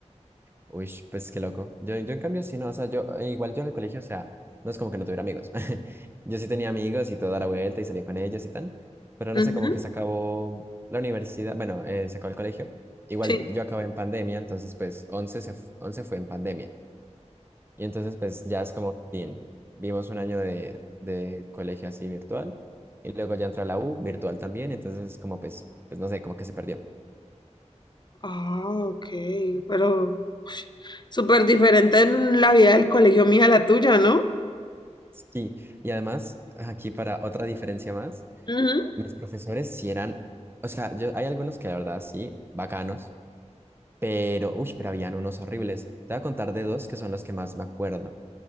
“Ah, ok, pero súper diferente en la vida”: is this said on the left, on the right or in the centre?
Left